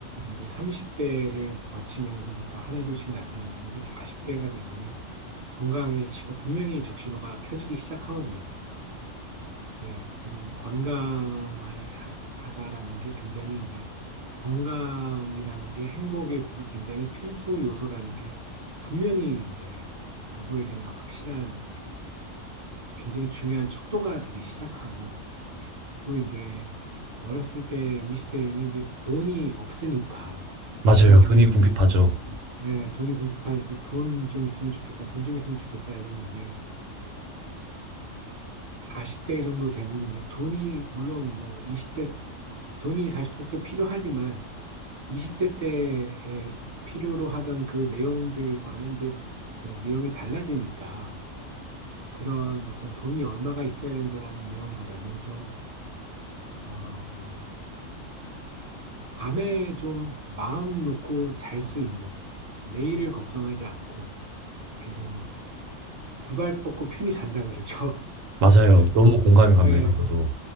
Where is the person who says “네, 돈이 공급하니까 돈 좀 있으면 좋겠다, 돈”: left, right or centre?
Right